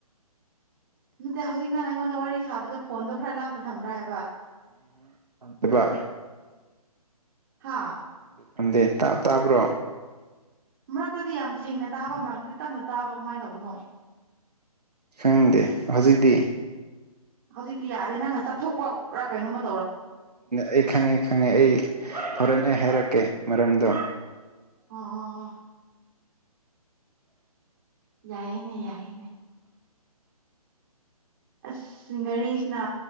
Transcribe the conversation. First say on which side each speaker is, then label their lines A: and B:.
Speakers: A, on the right; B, on the right.
A: ꯅꯠꯇꯦ ꯍꯧꯖꯤꯛ ꯅꯪ ꯑꯩꯉꯣꯟꯗ ꯋꯥꯔꯤ ꯁꯥꯕꯗꯣ ꯐꯣꯟꯗꯣ ꯈꯔ ꯂꯥꯞꯅ ꯊꯝꯕ꯭ꯔꯥ ꯍꯥꯏꯕ
B: ꯎꯄꯥ
A: ꯍꯥꯥ
B: ꯈꯪꯗꯦ ꯇꯥꯞ ꯇꯥꯕ꯭ꯔꯣ
A: ꯃꯔꯛꯇꯗꯤ ꯌꯥꯝ ꯁꯦꯡꯅ ꯇꯥꯕ ꯃꯔꯛꯇꯤ ꯇꯞꯅ ꯇꯥꯕ ꯀꯃꯥꯏꯅ ꯇꯧꯕꯅꯣ
B: ꯈꯪꯗꯦ ꯍꯧꯖꯤꯛꯇꯤ
A: ꯍꯧꯖꯤꯛꯇꯤ ꯌꯥꯔꯦ ꯅꯪꯅ ꯆꯠꯊꯣꯛꯄꯔꯥ ꯀꯩꯅꯣꯃ
B: ꯑꯩ ꯈꯪꯉꯦ ꯈꯪꯉꯦ ꯑꯩ ꯍꯣꯔꯦꯦꯟ ꯑꯩ ꯍꯥꯏꯔꯛꯀꯦ ꯃꯔꯝꯗꯣ
A: ꯑꯥ ꯌꯥꯏꯦꯅꯦ ꯌꯥꯏꯅꯦ ꯑꯁ ꯘꯔꯤꯁꯤꯅ